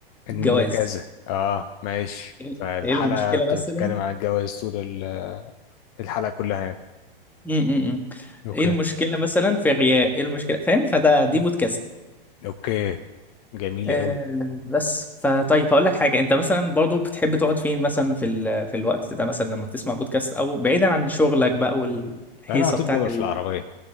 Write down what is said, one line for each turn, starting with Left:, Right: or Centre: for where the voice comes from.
Centre: في
Left: ان
Centre: الجواز
Left: كذا اه ماشي
Centre: ايه
Left: فالحلقة
Centre: إيه المشكله
Left: بتتكلم
Centre: مثلا
Left: عن الجواز طول ال- الحلقة كلها يعني
Centre: م -م -م.
Left: اوكي
Centre: ايه المشكله مثلا في الرياء ايه المشكله فاهم فده دي
Left: أمم.
Centre: بودكاست
Left: اوكي جميل
Centre: آه،
Left: قوي
Centre: بس فطيب هقول لك حاجه انت مثلا برضو بتحب تقعد فين مثلا في ال... في الوقت ده مثلا لما بتسمع بودكاست او بعيدا عن شغلك بقى والهيصه
Left: انا على طول
Centre: بتاعت
Left: ببقى
Centre: ال...
Left: في العربية